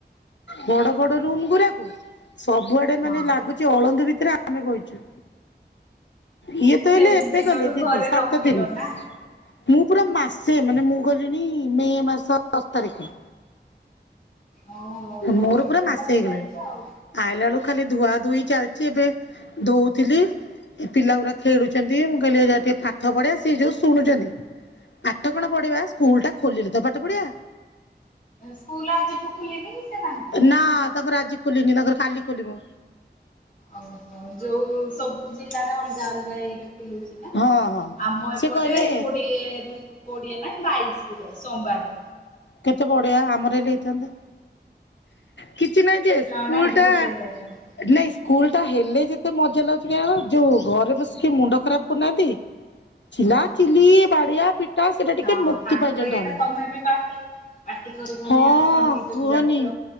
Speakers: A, on the left; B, on the left.
A: ବଡ ବଡ ରୁମ ଗୁରାକୁ ସବୁଆଡେ ମାନେ
B: ହଁ
A: ଲାଗୁଚି ଅଳନ୍ଦୁ ବି ଏଥିରେ ଆମେ ବଇଛୁ। ଇଏ ତ
B: ସେ
A: ହେଲେ ଏବେ
B: ଦିନଠୁ
A: ଗଲେ ଦିଦି
B: ଘରେ
A: ସାତ
B: ନଥିଲ
A: ଦିନ
B: ନା।
A: ମୁଁ ପୁରା ମାସେ ମାନେ ମୁଁ ଗଲିଣିି ମେ ମାସ ଦଶ ତାରିଖ
B: ଓହୋ ଲଙ୍ଗ
A: ମୋର
B: ଛୁଟିରେ
A: ପୁରା ମାସେ
B: ତାହେଲେ
A: ହେଇଗଲାଣି
B: ଯାଇଛ ଆଉ।
A: ଆଇଲା ବେଳୁ ଖାଲି ଧୁଆ ଧୁଇ ଚାଲିଚ। ଏବେ ଧୋଉଥିଲି ଏ ପିଲା ଗୁଡା ଖେଳୁଛନ୍ତି ମୁଁ କହିଲି ଟିକେ ପାଠ ପଢେ ସିଏ ଯୋଉ ଶୁଣୁଛନ୍ତି। ପାଠ କଣ ପଢିବା ସ୍କୁଲ ଟା ଖୋଲିଲେ ତ ପାଠ ପଢିବା।
B: ସ୍କୁଲ ଆଜିଠୁ ଖୋଲିନି କି ସେମାନଙ୍କର?
A: ନା ତାଙ୍କର ଆଜି ଖୋଲିନି ତାଙ୍କର କାଲି ଖୋଲିବ।
B: ଓଉ ହୋ ଯୋଉ ସବୁ ଜିଲ୍ଲାରେ ଅଲଗା ଅଲ ନାଇଁ ବୁଲୁଛି ନା
A: ହଁ ହଁ।
B: ଆମ
A: ସେ
B: ଏପଟେ
A: କହିଲେ
B: କୋଡିଏ ରୁ କୋଡିଏ ନା ବାଇସି। ସୋମବାର
A: କେତେ ଵଡିଆ ଆମର ହେଲେ ହେଇଥାନ୍ତେ। କିଛି ନାହିଁ ଯେ
B: ପିଲାମାନେ
A: ସ୍କୁଲ
B: ଆହୁରି
A: ଟା
B: ଖୁସି ହେଇଯାଇଥାନ୍ତେ
A: ନାଇଁ? ସ୍କୁଲ ଟା ହେଲେ ଯେତେ ମଜା ଲାଗୁଛି କି ଯୋଉ ଘରେ ବସିକି ମୁଣ୍ଡ ଖରାପ କରୁନାହାନ୍ତି ଚିଲା
B: ହଁ।
A: ଚିଲି ବା ବାଡିଆ ପିଟା। ସେଇଟା ଟିକେ
B: ହଁ
A: ମୁକ୍ତି
B: ତାଙ୍କ
A: ପାଇଛନ୍ତି
B: ଇଏରେ
A: ଆମେ।
B: ତମେ ବି ପାଟି ପାଟି କରି କରି
A: ହଁ
B: ଆଗ ତଣ୍ଟି ଶୁଖି
A: କୁହନି
B: ଯାଉଥିବ।